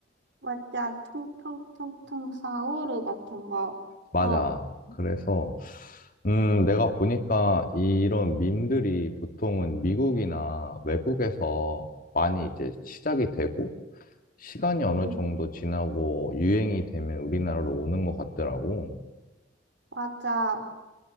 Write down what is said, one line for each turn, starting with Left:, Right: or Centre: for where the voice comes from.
Right: 맞아. 퉁퉁퉁퉁 사우르 같은 거.
Left: 맞아.
Right: 어,
Left: 그래서 음, 내가 보니까 이런 밈들이 보통은 미국이나 외국에서 많이 이제 시작이 되고, 시간이 어느
Right: 응.
Left: 정도 지나고 유행이 되면 우리나라로 오는 것 같더라고.
Right: 맞아.